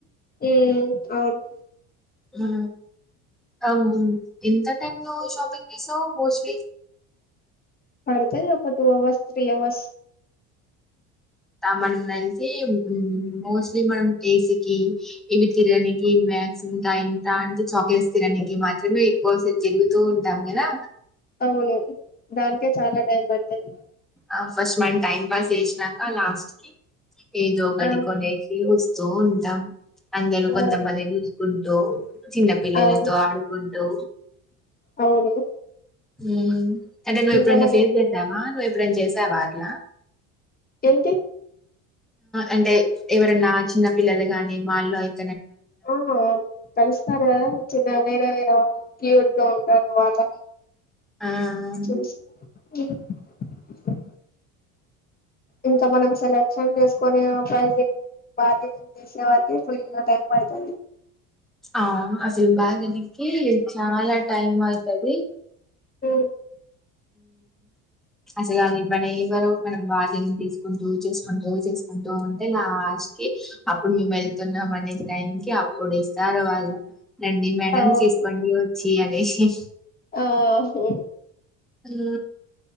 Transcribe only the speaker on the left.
ఉ అవును
పడుతుంది ఒక టూ అవర్స్ త్రీ అవర్స్
అవును దానికే చాలా టైం పడుతుంది
అవును
ఆ
అవును
అవును
ఇంకా
మన
ఏంటి
ఆ కలిస్తస్తారు అదా చిన్న వేరే వేర వాళ్ళు క్యూడ్ ఉంటారు వాళ్ళ
చేసి అ ఇంకా మనం సెలెక్షన్ చేసుకుొని ప్రైజింగ్ బార్గెనింగ్ చేసే వారికి ఫుల్ టైం పడుతుంది
అ
అవును
ఆహో